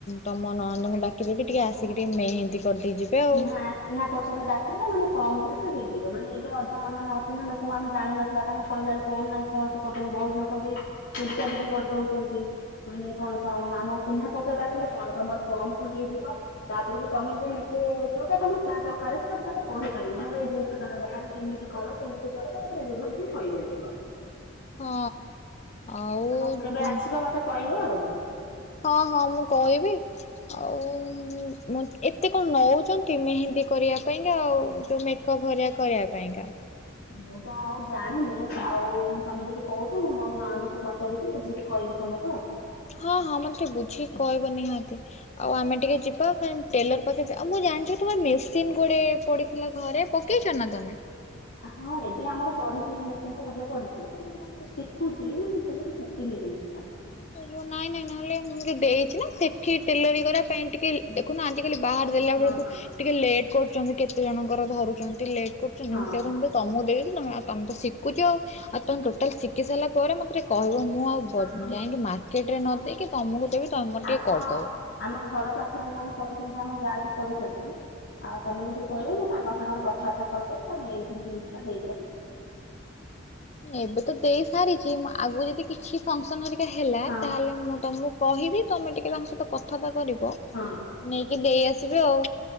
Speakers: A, on the left; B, on the left.
A: ତମ ନଣନ୍ଦଙ୍କୁ ଡାକିଦେଲେ, ଟିକେ
B: ମାନେ
A: ଆସିକି ଟିକେ ମେହନ୍ଦୀ କରିଦେଇ ଯିବେ ଆଉ
B: ଚିହ୍ନା ଚିହ୍ନା ପରିଚୟରେ ଡାକିଲେ ମାନେ କମକୁ ହେଇଯିବ ମାନେ, ଏବେ ଅଧା ମାନେ ଅଚିହାଁ ଲୋକଙ୍କୁ ଆମେ ଜାଣିନଥିବା, ତାଙ୍କ କହିଲଲୁ କଣ ନାଇଁ କଣ ସେ କରୁଛନ୍ତି, ବହୁତ ଲୋକ ଚୋରି ଚାରି ବି କରି ଦଉଛନ୍ତି, ମାନେ କଣ ତ ଆମ ଚିହ୍ନା ପରିଚ ଡାକିଲେ କଣ? ତମର କମ କୁ ହେଇଯିବ, ତାପରକୁ ତମେ ବି ନିଜେ ଯୋଉଟା ତମ ଦରକାର ସେଟା ବି ତମେ କହିପାରିବ। ତମର ଏଇ ଜିନିଷ ତାଙ୍କ ଦରକାର କି ଏମିତି କର, ସେମିତି କର, ତାହ ନିଜ ଭଳି ବି କହିପାରିବ।
A: ହଁ ଆଉ
B: ହଉ କେବେ ଆସିବ? ମତେ କହିବ ଆଉ। କଣ।
A: ହଁ ହଁ ମୁଁ କହିବି। ଆଉ ଏତେ କଣ ନଉଛନ୍ତି ମେହେନ୍ଦୀ କରିବା ପାଇଁକା ଆଉ ଯୋଉ ଏକ ଭରିଆ କରିବା ପାଇଁକା।
B: ମୁଁ ତ ଆଉ ଜାଣିନି ଆଉ ତମେ ଯଦି କହୁଛ ମୁଁ ମୋ ନଣନ୍ଦଙ୍କୁ ପଚାରିକି ବୁଝିକି କହିବି ତମକୁ ଆଉ
A: ହଁ ହଁ, ମତେ ବୁଝିକି କହିବ ନିହାତି। ଆଉ ଆମେ ଟିକେ ଯିବା ଖାଲି ଟେଲର ପାଖରେ ଯିବା, ମୁଁ ଜାଣିଛ ତମର ମେସିନ ଗୋଟେ ପଡିଥିଲା ଘରେ, ପକେଇ ଚୁନା ତମେ
B: ହଁ, ଏବେ ଆମର ପଢିଛି ନିଶ୍ଚିନ୍ତ ଭାବେ ପଢୁଛି, ମୁଁ ଶିଖୁଛି ନା ମୁଁ ଭଲରେ ଶିଖିନି। ସେ ଜିନିଷଟା
A: ଓହୋ ନାଇଁ ନାଇଁ, ନହେଲେ ମୁଁ ଟିକେ ଦେଇଛି ନା ସେଠି ଟେଲରି କରିବା ପାଇଁ ଟିକେ ଦେଖୁନ ଆଜି କାଲି ବାହାର ଦେଲା
B: ହଁ
A: ବେଳକୁ, ଟିକେ ଲେଟ୍ କରୁଛନ୍ତି, କେତେ ଜଣଙ୍କର ଧରୁଛନ୍ତି ଲେଟ କରୁଚନ୍ତି,
B: ହଁ
A: ମୁଁ ତମକୁ ଦେ <unintelligible> ତମ ଆ ତମେ ତ ସିକୁଚ ଆଉ, ଆଉ ତମେ
B: ହଁ ମାନେ
A: ଟୋଟାଲ ସିକି ସାରିଲା ପରେ ମତେ ଟେ କହିବ ମୁଁ ଆଉ
B: କଣ ହବ
A: ଯାଇକି ମାର୍କେଟ ରେ ନ
B: ନା
A: ଦେଇକି ତମକୁ ଦେବି ତମେ ମୋର
B: ଆମ
A: ଟିକେ କରିଦବ।
B: ଆମ ଘର ପାଖରେ ଜଣେ କରୁଛନ୍ତି, ଆମ ଯା ବି କରୁଛନ୍ତି। ଆଉ ତମେ ଯଦି କହିବ ମୁଁ ତାଙ୍କ ସାଙ୍ଗରେ କଥାବାର୍ତ୍ତା କରିଦେବି, ତମେ ଏଇଠି ଜିନିଷ ଟା ଦେଇପାରିବ।
A: <inaudible> ଏବେ ତ ଦେଇ ସାରିଛି, ଆଗକୁ ଯଦି କିଛି ଫଙ୍କସନ ହେରିକା ହେଲା,
B: ହଁ
A: ତାହେଲେ ମୁଁ ତମକୁ କ କହିବି, ତମେ ଟିକେ ତାଙ୍କ ସହିତ କ କଥା କରିବ
B: ହଁ।
A: ନେଇକି ଦେଇ ଆସିବେ ଆଉ,